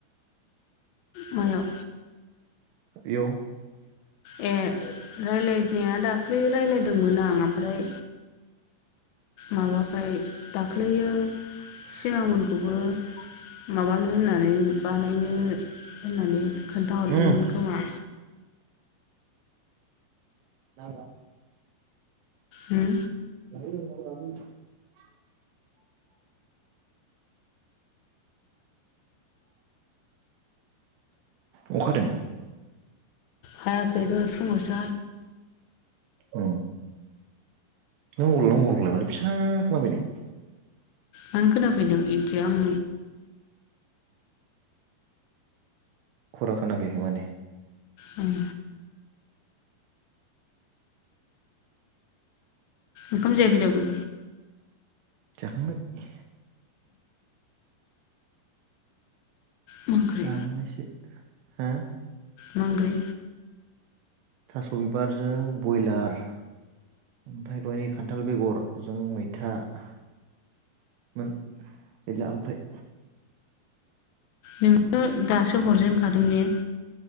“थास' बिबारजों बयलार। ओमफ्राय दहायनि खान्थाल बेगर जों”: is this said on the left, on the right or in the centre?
Right